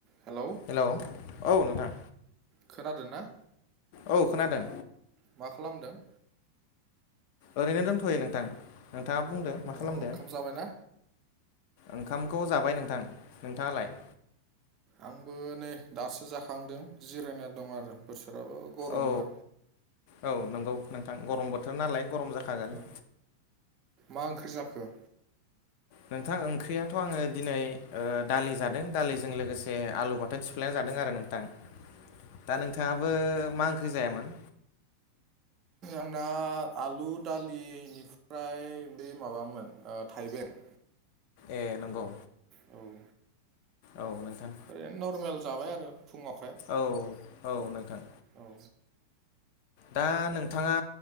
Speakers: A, on the right; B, on the left.
A: Hello
B: hello औ नोंथां
A: खोनादोंना?
B: औ खोनादों
A: मा खालामदों?
B: ओरैनो दोंथ'यो नोंथां नोंथाङा बुंदो मा
A: अ
B: खालामदो?
A: ओंखाम जाबायना
B: ओंखामखौ जाबाय नोंथां नोंथाङालाय?
A: आंबो नै दासो जाखांदों जिरायना दं आरो बोथोराबो गरम
B: औ
A: ना
B: औ नंगौ नोंथां गरम बोथोर नालाय गरम जाखागोन
A: औ मा ओंख्रि जाखो?
B: नोंथां ओंख्रियाथ' आङो दिनै ओ दालि जादों दालिजों लोगोसे आलु बाथोन सिफ्लेना जादों आरो नोंथां
A: <inaudible>
B: दा नोंथाङाबो मा ओंख्रि जायामोन?
A: आंना आलु दालि इनिफ्राय बे माबामोन ओ थाइबें
B: ए नंगौ
A: औ
B: औ नोंथां
A: ओरैनो नरमेल जाबाय आरो फुङावखाय
B: औ औ नोंथां
A: औ
B: दा नोंथाङा